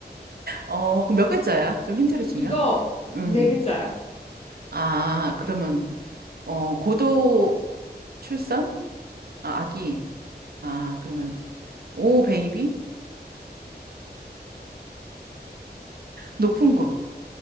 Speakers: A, on the right (about 65°); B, on the left (about 35°).
A: 어, 그럼 몇 글자야? 좀 힌트를 주면?
B: 이거
A: 음.
B: 네 글자야.
A: 아, 그러면, 어, 고도 출산? 아, 아기. 아, 그러면, 오, 베이비? 높은 곳.